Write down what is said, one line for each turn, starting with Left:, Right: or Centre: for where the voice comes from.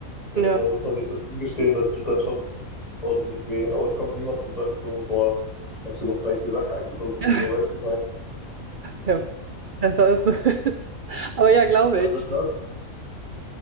Left: Weißt
Right: Ja.
Left: du, dann muss man sich das eingestehen, das tut dann schon ordentlich weh. Aber es kommt niemand und sagt so, boah, hab's dir doch gleich gesagt <laughs> oder so,
Right: <laughs>
Left: weißt du, ich meine.
Right: Ja, besser ist es. <laughs> Aber ja, glaube
Left: Ja,
Right: ich.
Left: das nervt,